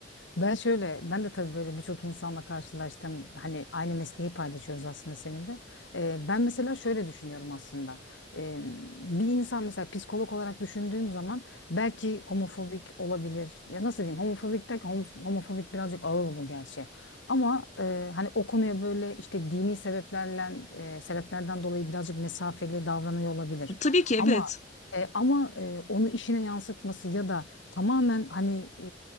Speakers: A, on the left; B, on the left.
A: Ben şöyle, ben de tabii böyle birçok insanla karşılaştım. Hani aynı mesleği paylaşıyoruz aslında seninle. Ee, ben mesela şöyle düşünüyorum aslında. Ee, bir insan mesela psikolog olarak düşündüğüm zaman belki homofobik olabilir. Ya nasıl diyeyim? Homofobik derken homof- homofobik birazcık ağır olur gerçi. Ama e, hani o konuya böyle işte dini sebeplerle e, sebeplerden dolayı birazcık mesafeli davranıyor olabilir.
B: Tabii ki evet.
A: Ama e, ama e, onu işine yansıtması ya da tamamen hani e,